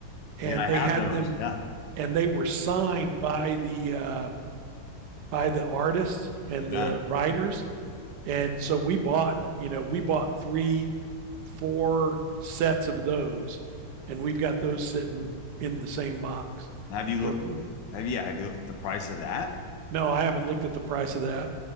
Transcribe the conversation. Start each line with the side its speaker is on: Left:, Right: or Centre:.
Left: yeah,
Right: and
Left: I
Right: they
Left: have
Right: had
Left: those.
Right: them,
Left: Yeah,
Right: and they were signed by the uh, by the artists and
Left: yeah.
Right: the writers, and so we bought, you know, we bought three, four sets of those, and we've got those sitting in the same box,
Left: Have you looked?
Right: and of course,
Left: Have yeah? Have you looked up the price of that?
Right: no, I haven't looked at the price of that.